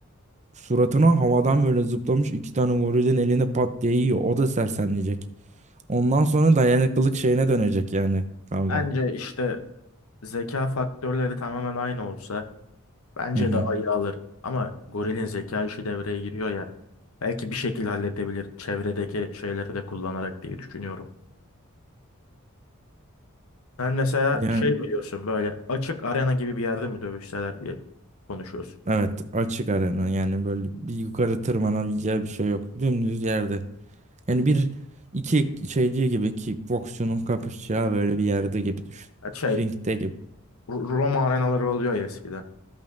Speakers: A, on the right; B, on the left.
A: Suratına havadan böyle zıplamış iki tane gorilin eline pat diye yiyor. O da sersemleyecek. Ondan sonra dayanıklılık şeyine dönecek yani kavga.
B: Bence işte zeka faktörleri tamamen aynı olsa bence
A: Hı hı.
B: de ayı alır. Ama gorilin zeka işi devreye giriyor ya. Belki bir şekilde halledebilir çevredeki şeyleri de kullanarak diye düşünüyorum. Sen mesela
A: Yani
B: şey mi diyorsun böyle açık arena gibi bir yerde mi dövüşseler diye konuşuyorsun.
A: evet açık arena yani böyle bir yukarı tırmanabileceği bir şey yok. Dümdüz yerde. Yani bir iki şeyci gibi kickboksçunun kapışacağı böyle bir yerde gibi düşün.
B: Ya şey
A: Ringde gibi.
B: R- Roma arenaları oluyor ya eskiden.